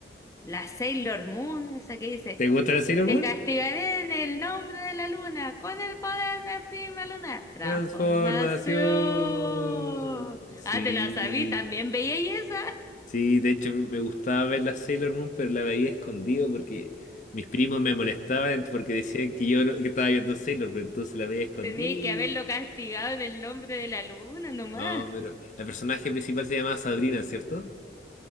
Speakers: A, on the left; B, on the left.
A: la Sailor Moon, esa que dice,
B: ¿Te gusta la Sailor
A: te
B: Moon?
A: castigaré en el nombre de la luna, con el poder de Prima Luna. Transformación.
B: Transformación. Sí,
A: Ah, te la sabí, también veía y esa.
B: sí, de hecho me gustaba ver la Sailor Moon, pero la veía escondido porque mis primos me molestaban porque decían que yo no- que estaba viendo Sailor Moon, entonces la veía escondida.
A: Tenía que haberlo castigado en el nombre de la luna nomás.
B: No, pero la personaje principal se llamaba Sabrina, ¿cierto?